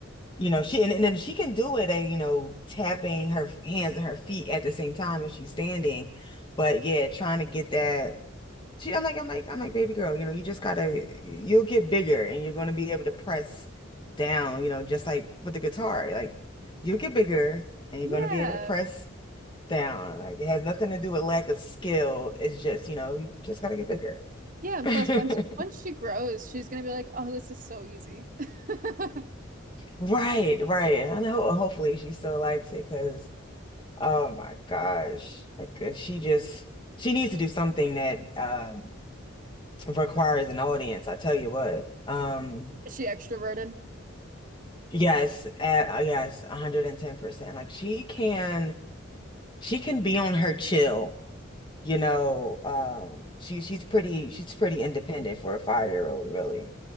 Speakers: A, on the left; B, on the right.
A: You know, she and, and then she can do it, uh, you know, tapping her hands and her feet at the same time if she's standing. But yeah, trying to get that. She, I'm like, I'm like, I'm like, baby girl, you know, you just gotta, you'll get bigger and you're gonna be able to press down, you know, just like with the guitar. Like, you'll get bigger and you're
B: Yeah,
A: gonna be able to press down. Like, it has nothing to do with lack of skill. It's just, you know, you just gotta get bigger.
B: yeah, and
A: <laughs>
B: plus once once she grows, she's gonna be like, oh, this is so easy. <laughs>
A: Right, right. And I hope, hopefully she still likes it because. Oh my gosh. Like uh, she just she needs to do something that um requires an audience, I tell you what. Um
B: Is she extroverted?
A: yes, uh, yes, 110%. Like she can she can be on her chill you know, um, she she's pretty she's pretty independent for a five year old, really.